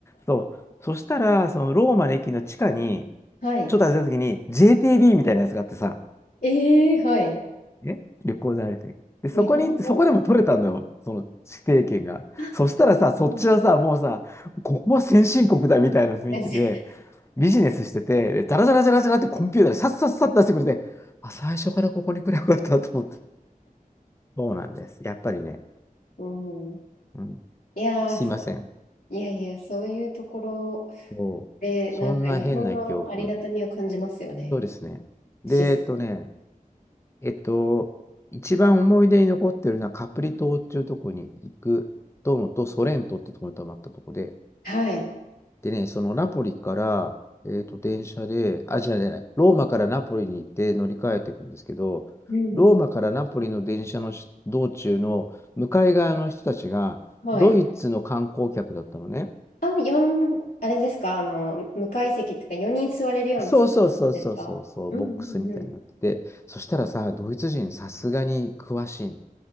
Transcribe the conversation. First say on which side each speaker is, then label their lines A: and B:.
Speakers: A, on the left; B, on the left.
A: そう。そしたら、そのローマの駅の地下に、
B: あ、はい。
A: ちょっと歩いた時に、JTB みたいなやつがあってさ、
B: ええはい。
A: ね、旅行代理店。で、そこに、
B: 日本の
A: そこでも取れたのよ、その指定権が。
B: あ、
A: そしたらさ、
B: そうなんだ
A: そっちはさ、もうさ、ここは先進国だみたいな雰囲気で、
B: <laughs>
A: ビジネスしてて、で、ダラダラダラダラってコンピューターでさっさっさっ出してくれて、あ、最初からここに来ればよかったと思って。そうなんです。やっぱりね、
B: うん。
A: うん、
B: いやー、
A: すいません。
B: そいやいや、そういうところ
A: そう。
B: で、
A: そんな変な記憶。
B: なんか日本のありがたみを感じますよね。
A: そうですね。で、
B: し、
A: えっとね、えっと、一番思い出に残ってるのはカプリ島っていうとこに行くとのと、ソレントってとこに泊まったとこで、
B: はい。
A: でね、そのナポリから、えっと、電車で、あ、じゃない、違うローマからナポリに行って乗り換えていくんですけど、
B: うんうん。
A: ローマからナポリの電車のし道中の向かい側の人たちが、
B: はい。
A: ドイツの観光客だったのね。
B: あ、4、あれですかあの、無階席っていうか、4人座れるような席ですかうんうんうん。
A: そうそうそうそうそうそう、ボックスみたいになってて、そしたらさ、ドイツ人さすがに詳しいの